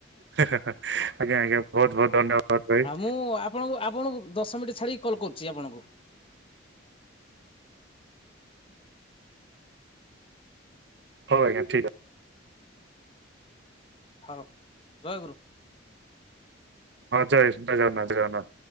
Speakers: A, on the right; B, on the left.
A: ହୁଁ ଆଜ୍ଞା ଆଜ୍ଞା ବହୁତ ବହୁତ ଧନ୍ୟବାଦ ଭାଇ
B: ଆ ମୁଁ ଆପଣଙ୍କୁ ଆପଣଙ୍କୁ ଦଶ ମିନିଟ୍ ଛାଡିକି କଲ୍ କରୁଛି ଆପଣଙ୍କୁ
A: ହ ଆ୍ଞାଠିକ
B: ହଉ ରହଗୁରୁ
A: ହଁ ଜା ନଜରନା ଜଜଗନା